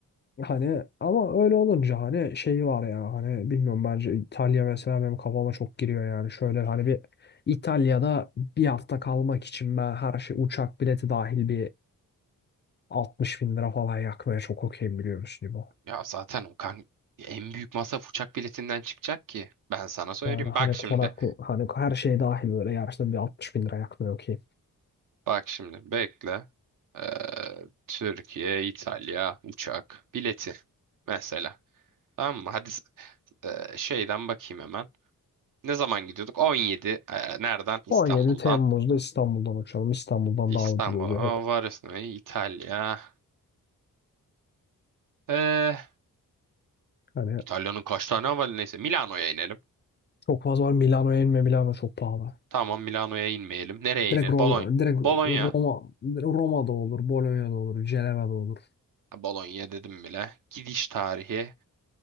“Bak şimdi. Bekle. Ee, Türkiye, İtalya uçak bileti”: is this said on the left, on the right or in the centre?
Right